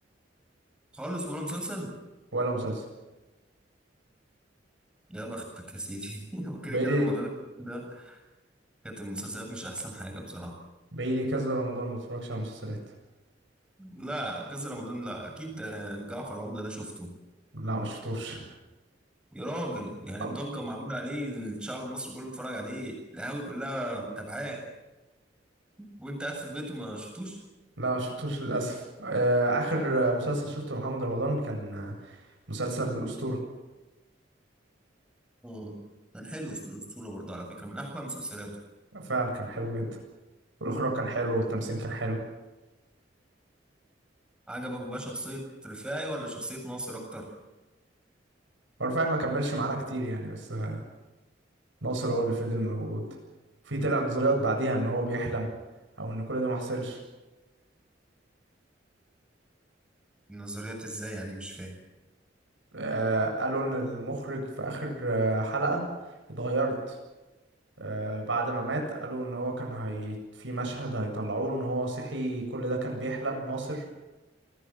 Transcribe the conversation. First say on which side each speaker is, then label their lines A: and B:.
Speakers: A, in the centre; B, on the right.
A: خالص ولا مسلسل
B: ولا مسلسل
A: يا بختك يا سيدي <laughs> وكده
B: بقالي
A: كده رمضان ده كانت المسلسلات مش احسن حاجه بصراحه
B: بقالي كذا رمضان ما اتفرجش على مسلسلات
A: لا كذا رمضان لا اكيد آه، جعفر العمده ده شفته
B: لا ما شفتوش
A: يا راجل يعني الضجه
B: أب-
A: معموله عليه الشعب المصري كله بيتفرج عليه القهاوي كلها متابعاه وانت قاعد في البيت وما شفتوش
B: لا ما شفتوش للاسف آه، اخر آه، مسلسل شفته محمد رمضان كان آه، مسلسل الاسطوره
A: اه كان حلو الصوره برضه على فكره من احلى مسلسلاته
B: فعلا كان حلو جدا والاخراج كان حلو والتمثيل كان حلو
A: عجبك بقى شخصيه رفاعي ولا شخصيه ناصر اكتر
B: ورفاعي ما كملش معانا كتير يعني بس آه، ناصر هو اللي فضل موجود في طلع نظريات بعديها ان هو بيحلم او ان كل ده ما حصلش
A: النظريات ازاي يعني مش فاهم
B: آه، قالوا ان المخرج في اخر آه، حلقه اتغيرت آه، بعد ما مات قالوا ان هو كان هي في مشهد هيطلعوه ان هو صحي كل ده كان بيحلم ناصر